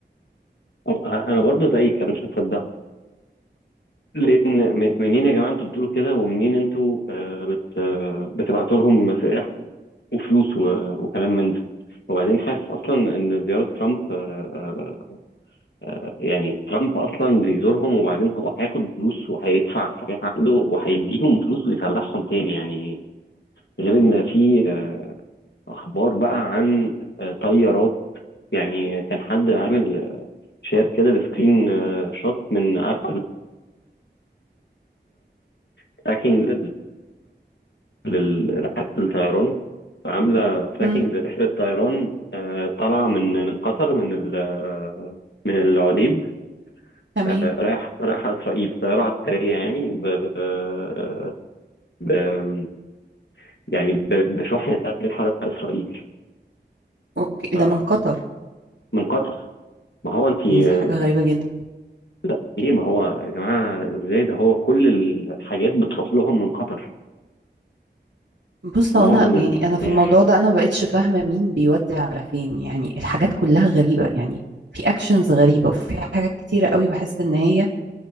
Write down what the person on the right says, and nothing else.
مم.
تمام
اوكي
ده من قطر
دي حاجة غريبة جدا
بص
هو انا
يعني انا في الموضوع ده انا ما بقتش فاهمه مين بيودي على فين يعني الحاجات كلها غريبه يعني في اكشنز غريبه وفي حاجات كتيره قوي بحس ان هي